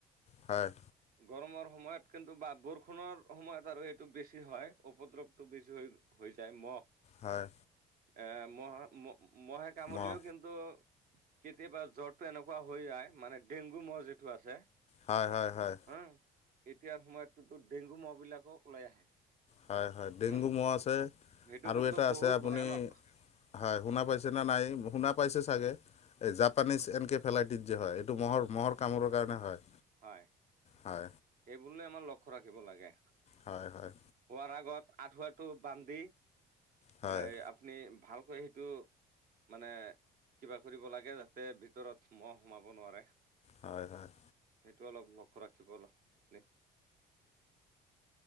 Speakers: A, on the left; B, on the right.
A: হয়।
B: গৰমৰ সময়ত কিন্তু বা বৰষুণৰ সময়ত আৰু এইটো বেছি হয় উপদ্ৰৱটো বেছি হৈ হয়। মহ
A: হয়
B: এ মহ মহহে কামুৰিলেও
A: মহ
B: কিন্তু কেতিয়াবা জ্বৰটো এনেকুৱা হৈ যায় মানে ডেংগু ম যিটো আছে।
A: হয়, হয়, হয়।
B: উম এতিয়াৰ সময়ত কিন্তু ডেংগু মহ বিলাকো ওলাই আহে।
A: হয় - হয় ডেংগু
B: উম
A: ম আছে।
B: সেইটো
A: আৰু
B: কিন্তু
A: এটা
B: বহুত
A: আছে আপুনি
B: ভয়ানক
A: হয় শুনা পাইছে ন নাই। শুনা পাইছে চাগে এই জাপানিজ এনকেফেলাইটিচ যে হয় এইটো মহৰ মহৰ কামোৰৰ কাৰণে হয়।
B: হয়।
A: হয়
B: এইবুৰলৈ আমাৰ লক্ষ্য ৰাখিব লাগে,
A: হয় হয়
B: হোৱাৰ আগত আঠুৱাটো বান দি এ
A: হয়
B: আপুনি ভালকৈ সেইটো মানে কিবা কৰিব লাগে যাতে ভিতৰত মহ সোমাব নোৱাৰে।
A: হয় - হয়।
B: সেইটো অলপ লক্ষ্য ৰাখিব আপুনি